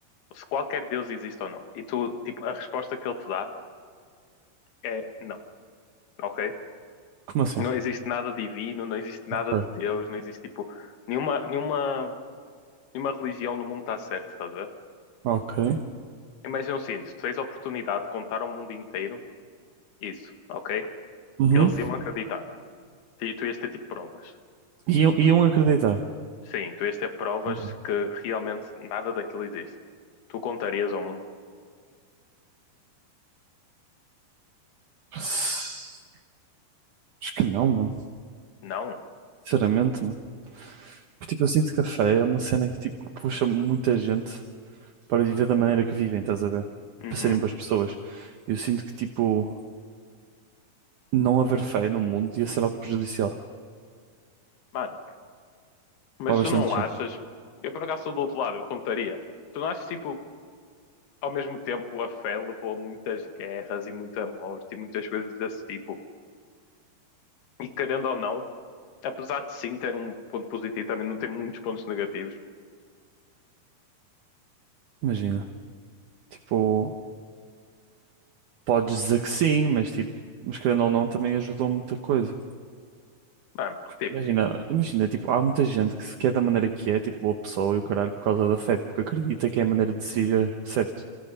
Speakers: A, on the left; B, on the right.
A: Se qualquer Deus existe ou não. E tu, tipo, a resposta que ele te dá é não, ok?
B: Como assim?
A: não existe nada divino, não existe nada
B: Ok.
A: de Deus, não existe tipo nenhuma, nenhuma, nenhuma religião no mundo está certa, estás a ver?
B: Ok.
A: Imagina o seguinte, tu tens a oportunidade de contar ao mundo inteiro isso, ok?
B: Uhum.
A: Eles iam acreditar. E tu ias ter tipo provas.
B: Iam, iam acreditar.
A: Sim, tu ias ter provas
B: Uhum.
A: que realmente nada daquilo existe. Tu contarias ao mundo?
B: Acho que não, mano.
A: Não.
B: Sinceramente, mano. Porque, tipo, eu sinto que a fé é uma cena que, tipo, puxa muita gente para viver da maneira que vivem, estás a ver? E para
A: Uhum.
B: serem boas pessoas. Eu sinto que, tipo, não haver fé no mundo ia ser algo prejudicial
A: Mano, mas
B: para bastante
A: tu não achas?
B: gente.
A: Eu por acaso sou do outro lado, eu contaria. Tu não achas tipo, ao mesmo tempo a fé levou a muitas guerras e muita morte e muitas coisas desse tipo? E querendo ou não, apesar de sim ter um ponto positivo, também não tem muitos pontos negativos.
B: Imagina. Tipo, podes dizer que sim, mas, tipo, mas querendo ou não, também ajudou muita coisa.
A: Mano, porque,
B: Imagina,
A: tipo,
B: imagina, tipo, há muita gente que se quer da maneira que é, tipo, boa pessoa e o caralho por causa da fé, porque acredita que é a maneira de ser certo,